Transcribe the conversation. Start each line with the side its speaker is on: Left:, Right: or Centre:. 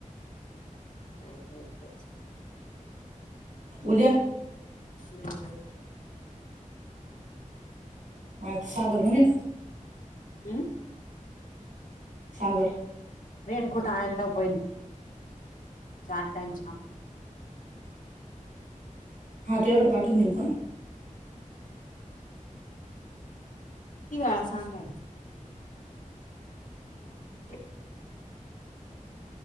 Left: <unintelligible>
Right: उद्या
Left: जा नाही बाई
Right: आज सागर म्हणे
Left: हम्
Right: सागर
Left: रेनकोट आणायला लाव पहिले चार टाइम
Right: हा तुझ्याकडे पाठवून देऊ का?
Left: ति वेळा सांगाय तर